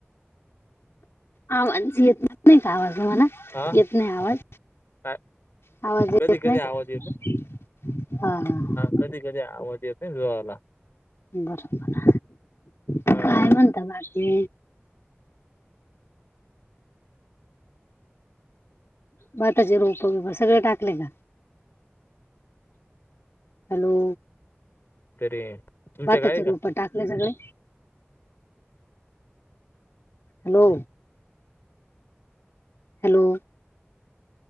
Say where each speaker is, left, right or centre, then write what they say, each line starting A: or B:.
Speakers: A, on the left (about 80°); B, on the left (about 65°).
A: आवाज येत नाही नाही का आवाज तूम्हाला
B: हा
A: येत नाही आवाज?
B: काय
A: आवाज
B: कधी
A: येत
B: कधी
A: नाही
B: आवाज
A: हा, हा
B: कधीकधी आवज येत <unintelligible> ला
A: बरोबर
B: हा
A: काय म्हणता बाकी? भाताचे रोपबिप सगळे टाकले का? हॅलो
B: तरी तुमच्या
A: भाताची
B: गावी का
A: रोप टाकले सगळे? हॅलो हॅलो